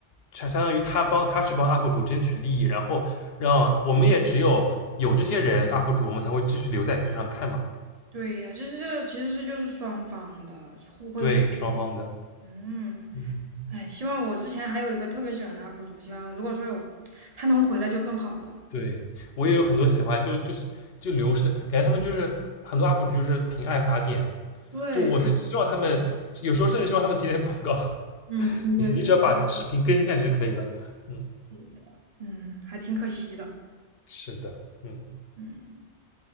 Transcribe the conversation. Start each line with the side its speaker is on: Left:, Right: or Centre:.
Left: 相相当于他帮他去帮 UP 主争取利益，然后让我们也只有有这些人 UP 主，我们才会继续留在 B 站上看嘛。
Right: 对呀，其实这其实是就是双方的互惠互
Left: 对，双方的，
Right: 嗯。
Left: 嗯，
Right: 哎，希望我之前还有一个特别喜欢的 UP 主，希望如果说有他能回来就更好了。
Left: 对我也有很多喜欢，就就就流失，感觉他们就是很多 UP 主就是凭爱发电，
Right: 对，
Left: 就我是希望他们有时候甚至希望他们接点广告，<laughs>
Right: 嗯，嗯对对对，
Left: 你你只要把视频更新下去就可以了。嗯，
Right: 是的，嗯，还挺可惜的。
Left: 是的，嗯，
Right: 嗯，